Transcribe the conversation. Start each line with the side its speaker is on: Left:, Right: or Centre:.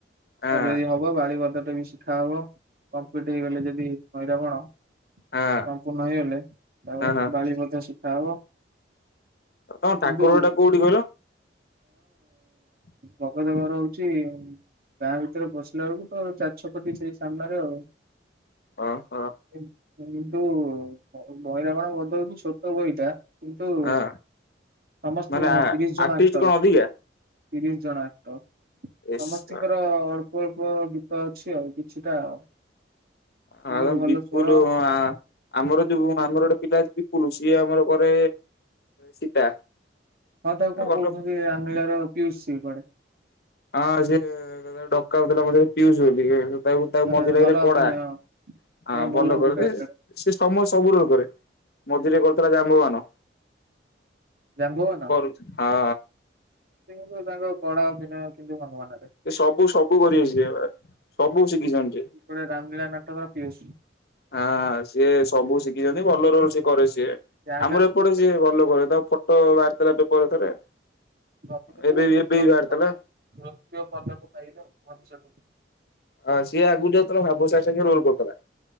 Left: ହଁ
Right: ଆଉ ଯଦି ହବ ବାଳୀ ଭଦଟା ବି ଶିଖା ହବ କମ୍ପ୍ଲିଟ ହେଇଗଲେ ଯଦି ହଇରାବଣ।
Left: ହଁ
Right: ସମ୍ପୂର୍ଣ୍ଣ ହେଇଗଲେ ଆଉ
Left: ହଁ ହଁ
Right: ବାଳି ବଧ ସିଖା ହବ।
Left: ତମ ଠାକୁର
Right: କିନ୍ତୁ
Left: ଘରଟା କୋଉଠି କହିଲ <inaudible>
Right: ଭଗଦ ଘର ହଉଛି ଗାଁ ଭିତରେ ବସିଲା ବେଳକୁ ତ ଚାରି ଛପଟି ସେଇ ସାମ୍ନାରେ ଆଉ।
Left: ହଁ ହଁ।
Right: କିନ୍ତୁ ବହିରା ଵଣ ବଧ ହଉଛି ଛୋଟ ବହିଟା କିନ୍ତୁ
Left: ହଁ
Right: ସମସ୍ତଙ୍କ
Left: ମାନେ
Right: ତିରିଶ ଜଣ
Left: ଆର୍ଟିଷ୍ଟ
Right: ଆକ୍ଟର।
Left: କଣ ଅଧିକା
Right: ତିରିଶ ଜଣ ଆକ୍ତର
Left: ଏସ
Right: ସମସ୍ତୀ ଙ୍କର। ଅଳ୍ପ ଅଳ୍ପ ଗୀତ ଅଛି ଆଉ କିଛିଟା ଆଉ। କିନ୍ତୁ
Left: ଆ
Right: ଭଲ
Left: ବିପୁଲ
Right: ସ୍ୱର
Left: ଆ ଆମର ଯୋଉ ଆମର ଗୋଟେ ପିଲା ଅଛି ବିପୁଲ ସିଏ ଆମର କରେ ସୀତା।
Right: ହଁ ତାକୁ କଣ
Left: ଭଲ
Right: କହୁଛନ୍ତି ଆମିଳାର ପିୟୁସି କୁଆଡେ।
Left: ହଁ ସିଏ ଡକାହଉଥିଲା ମଝିରେ ପିୁଉଷୁ ବୋଲିକା ଏବେ ତାକୁ ତାକୁ
Right: ମାନେ
Left: ମଝି ଡାକିଲେ
Right: ଭଲ ଅଭିନୟ
Left: କଡା। ହଁ
Right: ତାଙ୍କ
Left: ଭଲ
Right: ଅଭିନୟ
Left: କରଦେ
Right: କରେ
Left: ସେ ସମୟ ସବୁ ରୋଲ୍ କରେ। ମଝିରେ କରୁଥିଲା ଜାମ୍ବବାନ।
Right: ଜାମ୍ବ ବାନ।
Left: କରୁଛି ହଁ।
Right: ସେ କିନ୍ତୁ ତାଙ୍କ କଳା ଅଭିନୟ। କିନ୍ତୁ ହନୁମାନରେ
Left: ସେ ସବୁ ସବୁ କରିବେ ସିଏ ସବୁ ଶିଖିଛନ୍ତି ସିଏ।
Right: ପୁରା ରାମଲୀଳା ନାଟକର ପିଉସ।
Left: ହଁ ସିଏ ସବୁ ଶିଖିଛନ୍ତି ଭଲ ରୋଲ ସିଏ କରେ ସିଏ
Right: ଯାହାକି
Left: ଆମର
Right: ଆମକୁ
Left: ଏପଟେ। ସିଏ ଭଲ କରେ ତା ଫଟୋ ବାହାରିଥିଲା ପେପର ଥରେ।
Right: ଭବିଷ୍ୟତକୁ
Left: ଏବେ ଇ
Right: ରକ୍ତ
Left: ଏବେ ଇ ବାହାରଥିଲା।
Right: ରୌପ୍ୟ ପଦକ ପାଇବେ ଭବିଷ୍ୟତକୁ
Left: ହଁ ସିଏ ଆଗରୁ ଯାଉଥିଲା ଭାବ ସାର ସାଙ୍ଗେ ରୋଲ କରୁଥିଲା।